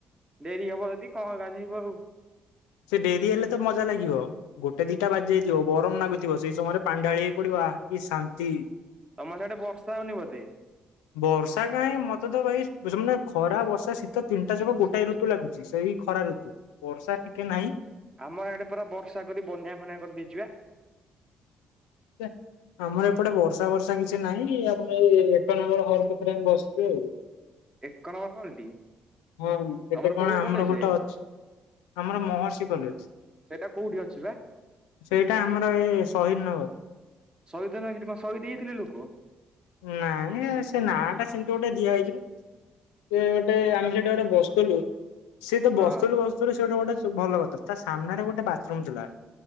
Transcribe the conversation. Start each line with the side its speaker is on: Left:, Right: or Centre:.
Right: ଡେରି ହବ ଯଦି କଣ ଗାଧେଇବ ଆଉ।
Left: ସେ ଡେରି ହେଲେ ତ ମଜା ଲାଗିବ ଗୋଟେ ଦିଟା ବାଜି ଯାଇଥିବ ଗରମ ଲାଗୁଥିବ ସେଇ ସମୟରେ ପାଣି ଢାଳିହେଇପଡ଼ିବା କି ଶାନ୍ତି।
Right: ତମର ସିଆଡ଼େ ବର୍ଷା ହଉନି ବୋଧେ?
Left: ବର୍ଷା କାହିଁ ମତେ ତ ଭାଇ <unintelligible> ଖରା ବର୍ଷା ଶୀତ ତିନିଟା ଯାକ ଗୋଟାଏ ଋତୁ ଲାଗୁଛି। ଶେଇ ଖରା ଋତୁ ବର୍ଷା ଟିକେ ନାହିଁ।
Right: ଆମ ଆଡ଼େ ପୁରା ବର୍ଷା କରି ବନ୍ୟା ଫନ୍ୟା କରିଦେଇଯିବା।
Left: <unintelligible> ଆମର ଏପଟେ ବର୍ଷା ବର୍ଷା କିଛି ନାହିଁ ଆମେ ଏ ଏକ ନମ୍ବର ହଲ କତିରେ ଆମ ବସିଛୁ ଆଉ।
Right: ଏକ ନମ୍ବର କଲଟି
Left: ହଁ ସେଟା
Right: ତମର କୋଉ
Left: କଣ
Right: କଲେଜ
Left: ଆମର ଗୋଟେ ଅଛ ଆମର ମହର୍ଷି କଲେଜ।
Right: ସେଇଟା କୋଉଠି ଅଛି ବା?
Left: ସେଇଟା ଆମର ଏ ଶହିଦ୍ ନଗର।
Right: ଶହିଦ୍ ନ ସେଠୀ କଣ ସହିଦ୍ ହେଇଯାଇଥିଲେ ଲୋକ?
Left: ନାଇଁ ଆଉ ସେ ନା ଟା ସେମିତି ଗୋଟେ ଦିଆ ହେଇଛି ନାଁ। ସେ ଗୋଟେ ଆମେ ସେଟା ଗୋଟେ ବସଥୁଲୁ। ସିଏ ତ ବସଥୁଲୁ
Right: ହଁ।
Left: ବସଥୁଲୁ ସେଗୋଟେ ଗୋଟେ ଭଲ କଥା ତା ସାମ୍ନାରେ ଗୋଟେ ବା <unintelligible> ଥିଲା